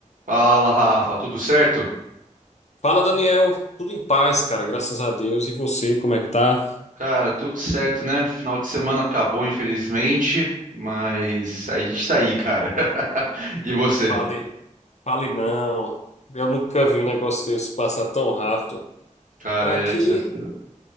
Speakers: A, on the right; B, on the left.
A: Fala, Rafa, tudo certo?
B: Fala, Daniel. Tudo em paz, cara. Graças a Deus. E você, como é que tá?
A: Cara, tudo certo, né? Final de semana acabou, infelizmente, mas a gente tá aí, cara. <laughs> E você?
B: Fale, fale não. Eu nunca vi um negócio desse passar tão rápido.
A: Cara,
B: Aqui,
A: é isso aqui.